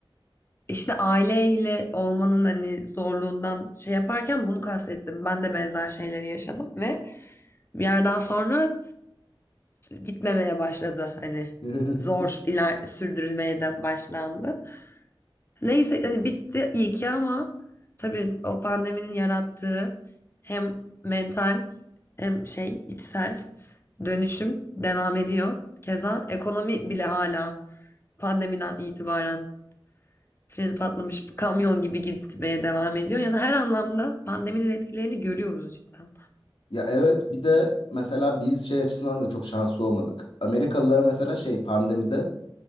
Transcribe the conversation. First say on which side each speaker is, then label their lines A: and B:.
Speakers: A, on the left (about 25°); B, on the left (about 70°).
A: işte aileyle olmanın hani zorluğundan şey yaparken bunu kastettim. Ben de benzer şeyleri yaşadım ve bir yerden sonra gitmemeye başladı. Hani
B: <laughs>
A: zor iler sürdürülmeye de başlandı. Neyse hani bitti iyi ki ama tabii o pandeminin yarattığı hem mental hem şey içsel dönüşüm devam ediyor. Keza ekonomi bile hala pandemiden itibaren freni patlamış kamyon gibi gitmeye devam ediyor. Yani her anlamda pandeminin etkilerini görüyoruz cidden.
B: Ya evet bir de mesela biz şey açısından da çok şanslı olmadık. Amerikalılara mesela şey pandemide